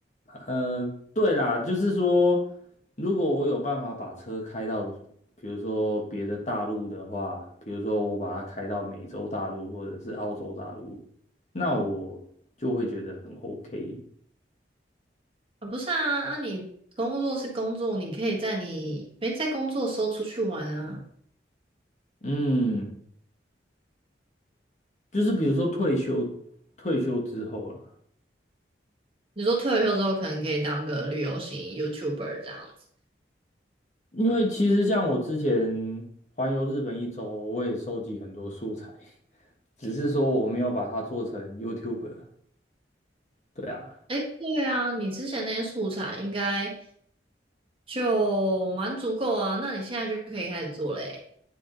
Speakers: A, on the left (about 40°); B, on the right (about 30°).
A: 呃，对啦，就是说，如果我有办法把车开到，比如说别的大陆的话，比如说我把它开到美洲大陆或者是澳洲大陆，那我就会觉得很 OK。
B: 啊，不是啊，那你工作是工作，你可以在你没在工作的时候出去玩啊。
A: 嗯，就是比如说退休，退休之后啦。
B: 你说退了休之后，可能可以当个旅游型 YouTuber 这样子。
A: 因为其实像我之前环游日本一周，我也收集很多素材，只是说我没有把它做成 YouTuber。对啊，
B: 诶，对啊，你之前那些素材应该就蛮足够啊，那你现在就可以开始做嘞。